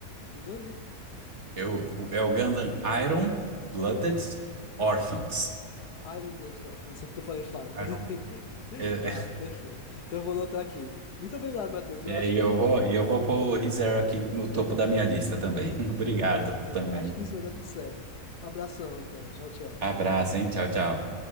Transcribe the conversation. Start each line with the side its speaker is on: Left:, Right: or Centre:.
Left: Uganda?
Right: Eu, o- é o Gundam Iron Blooded Orphans.
Left: Iron Blood, ó, <laughs> não sei porque eu falei Fire, mas
Right: Iron.
Left: enfim. <laughs>
Right: É,
Left: Tá,
Right: é,
Left: perfeito. Então eu vou anotar aqui. Muito obrigado, Matheus. Eu
Right: e
Left: acho
Right: aí
Left: que.
Right: eu vou, e eu vou pôr o ReZero aqui no topo da minha lista também. <laughs> Obrigado
Left: Pronto, pronto.
Right: também.
Left: Acho que isso vai dar tudo certo. Abração, então. Tchau, tchau.
Right: Abraço, hein? Tchau, tchau.